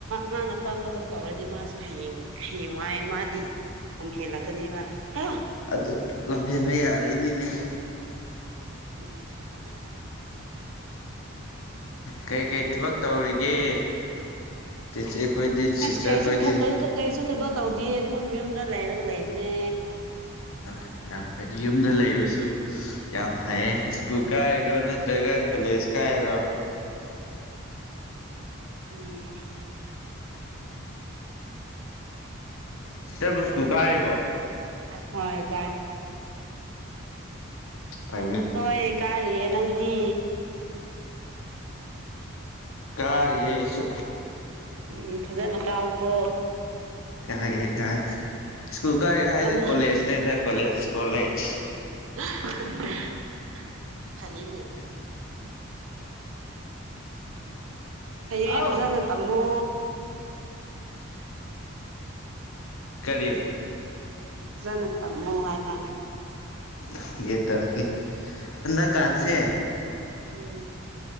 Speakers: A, on the right; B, on the left.
A: ꯃꯥꯅ ꯑꯄꯥꯝꯕꯈꯛ ꯇꯧꯔꯗꯤ ꯃꯥꯁꯨ ꯍꯌꯦꯡ ꯍꯌꯦꯡꯋꯥꯏ ꯃꯥꯗꯤ ꯂꯝꯍꯦꯟꯂꯛꯀꯅꯤꯕ ꯑꯌꯥ
B: ꯑꯗꯨ ꯂꯝꯍꯦꯟꯕ ꯌꯥꯔꯛꯏꯅꯤꯅꯦ
A: <unintelligible>
B: ꯀꯩ-ꯀꯩ ꯊꯕꯛ ꯇꯧꯔꯤꯒꯦ ꯆꯦꯆꯦ ꯈꯣꯏꯗꯤ ꯁꯤꯁꯇꯔ
A: ꯑꯁ ꯀꯩꯁꯨ
B: ꯈꯣꯏꯗꯤ
A: ꯀꯩꯁꯨ ꯊꯕꯛ ꯇꯧꯗꯤꯌꯦ ꯗꯨꯝ ꯌꯨꯝꯗ ꯂꯩꯔꯒ ꯂꯩꯕꯅꯦ
B: ꯑ ꯌꯥꯝ ꯐꯩ ꯌꯨꯝꯗ ꯂꯩꯕꯁꯨ ꯌꯥꯝ ꯐꯩ ꯁ꯭ꯀꯨꯜ ꯀꯥꯔꯤꯔꯣ ꯅꯠꯇ꯭ꯔꯒ ꯀꯣꯂꯦꯖ ꯀꯥꯏꯔꯣ
A: ꯎꯝ
B: ꯁꯤꯁꯇꯔꯕꯨ ꯁ꯭ꯀꯨꯜ ꯀꯥꯔꯤꯕꯣ
A: ꯍꯣꯏ ꯀꯥꯔꯤꯌꯦ
B: ꯐꯩꯅꯦ
A: ꯍꯣꯏ ꯀꯥꯔꯤꯌꯦ ꯅꯪꯗꯤ
B: ꯀꯥꯔꯤꯌꯦ ꯑꯩꯁꯨ
A: ꯎꯝ ꯐꯖꯅ ꯀꯥꯎꯀꯣ
B: ꯀꯥꯒꯦ ꯀꯥꯒꯦ ꯁ꯭ꯀꯨꯜ ꯀꯥꯔꯤ
A: ꯐꯖꯅ
B: ꯍꯥꯏꯗꯤ ꯀꯣꯂꯦꯖꯅꯦꯗ ꯀꯣꯂꯦꯖ ꯀꯣꯂꯦꯖ
A: <unintelligible>
B: <inaudible>
A: ꯐꯩꯌꯦ
B: ꯑꯥꯎ
A: ꯐꯖꯅ ꯇꯝꯃꯣ
B: ꯀꯔꯤ
A: ꯐꯖꯅ ꯇꯝꯃꯣ ꯍꯥꯏꯕ
B: ꯇꯝꯒꯦ ꯇꯝꯒꯦ ꯍꯟꯗꯛꯀꯥꯟꯁꯦ
A: ꯎꯝ